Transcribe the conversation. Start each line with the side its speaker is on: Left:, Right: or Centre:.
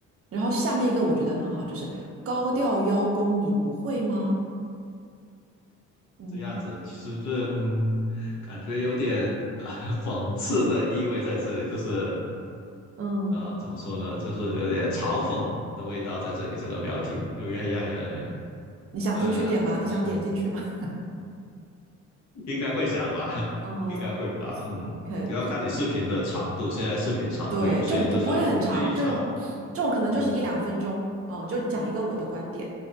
Right: 然后下面一个我觉得很好，就是高调邀功，你不会吗？嗯
Left: 这样子是不是嗯，感觉有点啊、呃讽刺的意味在这里，就是
Right: 嗯，
Left: 呃怎么说呢，就是有点嘲讽的味道在这里。这个标题就要让人
Right: 你想进去点吗？
Left: 呃怎么说呢，
Right: 你想点进去吗？<laughs>
Left: 应该会想吧，<laughs>
Right: 嗯
Left: 应该会吧，
Right: o
Left: 嗯，
Right: k
Left: 主要看你视频的长度。现在视频长度有限，
Right: 对，就不不会很长，
Left: 就是非常
Right: 这种这种可能就是一两分钟，
Left: 嗯
Right: 嗯，就讲一个我的观点，